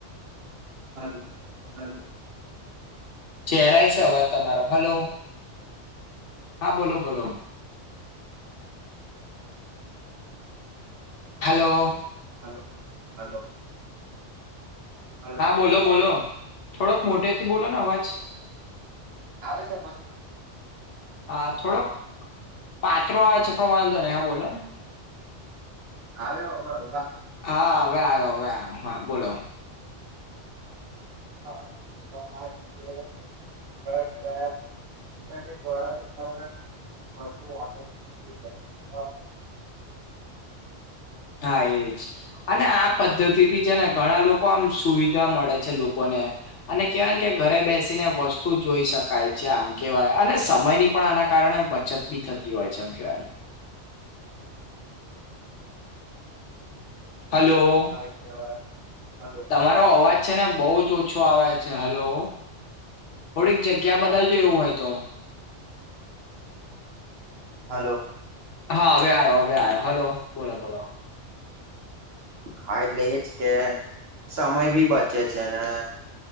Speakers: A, on the right (about 60°); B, on the left (about 70°).
A: હલો હલો
B: ચહેરાય છે અવાજ તમારો હલો હા બોલો બોલો હલો
A: હાલ હલો હલો
B: હા બોલો બોલો થોડોક મોટેથી બોલો ને અવાજ
A: આવે છે અવાજ
B: હા થોડોક પાત્રો આવે છે પણ વાંધો નહી હા બોલો ને
A: આયો અવે અવાજ
B: હા હવે આયો હવે આયો હા બોલો
A: હા તો આ રીતે <unintelligible> દ્વારા તમે <unintelligible>
B: હા એજ અને આ પદ્ધતિ થી છે ને ઘણા લોકો આમ સુવિધા મળે છે લોકોને અને કેવાય ને કે ઘરે બેસીને વસ્તુ જોઈ શકાય છે આમ કેવાય અને સમય ની પણ આના કારણે બચતબી થતી હોય છે એમ કેહેવાય ને. હલો
A: <unintelligible> હલો
B: તમારો અવાજ છે ને બહુ જ ઓછો આવેછે હલો થોડીક જગ્યા
A: હલો
B: બદલજો એવું હોય તો
A: હલો
B: હા હવે આયો હવે આયો હલો બોલો બોલો
A: હા એટલે એજ કે સમય ભી બચે છે ને